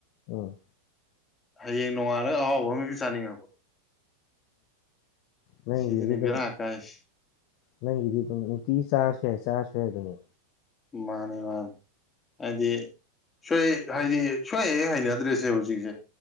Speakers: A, on the left (about 45°); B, on the left (about 20°).
A: ꯎꯝ
B: ꯍꯌꯦꯡ ꯅꯣꯡꯉꯥꯜꯂꯒ ꯑꯍꯥꯎꯕ ꯑꯃꯥ ꯍꯦꯛꯇ ꯆꯥꯅꯤꯡꯉꯛꯄ
A: ꯅꯪꯒꯤ
B: ꯁꯤꯗꯅꯤ
A: ꯃꯤꯗꯣ
B: ꯕꯦꯔꯥ ꯀꯥꯏꯁꯦ
A: ꯅꯪꯒꯤꯗꯤ ꯑꯗꯨꯝ ꯅꯨꯡꯇꯤꯒꯤ ꯆꯥꯔꯁꯨ ꯌꯥꯏ ꯆꯥꯔꯁꯨ ꯌꯥꯏ ꯗꯨꯅꯦ
B: ꯃꯟꯅꯦ ꯃꯟꯅꯦ ꯍꯥꯏꯗꯤ ꯁꯣꯏ ꯍꯥꯏꯗꯤ ꯁꯣꯏ ꯍꯦꯛ ꯍꯩꯅꯗ꯭ꯔꯦ ꯑꯁꯦꯡꯕ ꯍꯧꯖꯤꯛꯁꯦ